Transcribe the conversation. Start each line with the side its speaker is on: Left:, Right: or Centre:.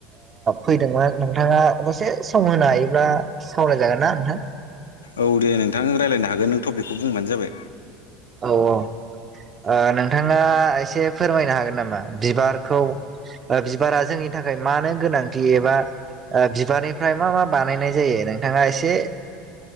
Right: फैदोंमोन नोंथाङा दसे सम होनो हायोब्ला सावरायजागोन ना नोंथां
Left: औ दे नोंथां रायज्लायनो हागोन नों ट'पिकखौ बुंबानो जाबाय
Right: औ नोंथाङा एसे फोरमायनो हागोन नामा बिबारखौ बिबारा जोंनि नि थाखाय मानो गोनांथि एबा बिबारनिफ्राय मा मा बानायनाय जायो नोंथाङा एसे